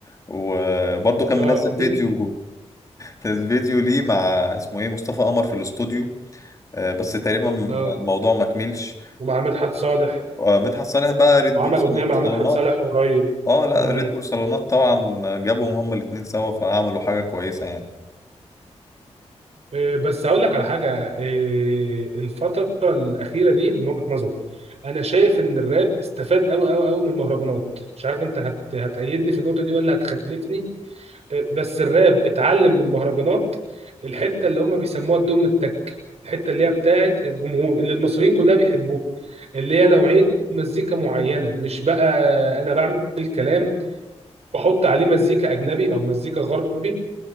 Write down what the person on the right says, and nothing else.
اه
<laughs>
اه
ومع مدحت صالح
وعمل
اغنيه مع
مدحت صالح قريب
مم.
إيه، بس هقول لك على حاجه إيه، الفتره الاخيره دي من وجهه نظري انا شايف ان الراب استفاد قوي قوي قوي من المهرجانات مش عارف انت هت... هتأيدني في النقطه دي ولا هتخالفني بس الراب اتعلم من المهرجانات الحته اللي هم بيسموها الدم التك الحته اللي هي بتاعت الجمهور اللي المصريين كلها بيحبوها اللي هي نوعيه مزيكا معينه مش بقى انا بعمل كلام بحط عليه مزيكا اجنبي او مزيكا غربي